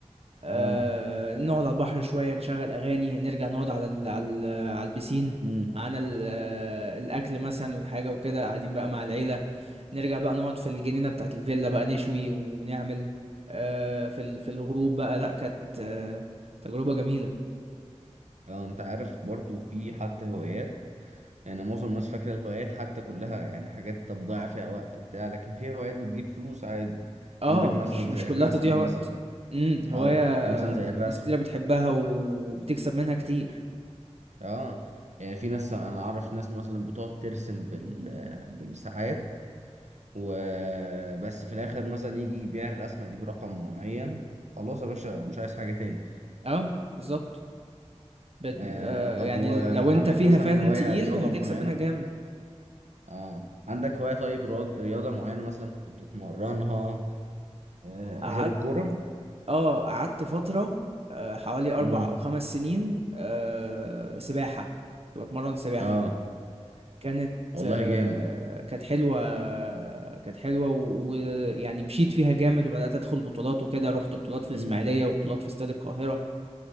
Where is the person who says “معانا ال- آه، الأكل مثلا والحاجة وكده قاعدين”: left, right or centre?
Right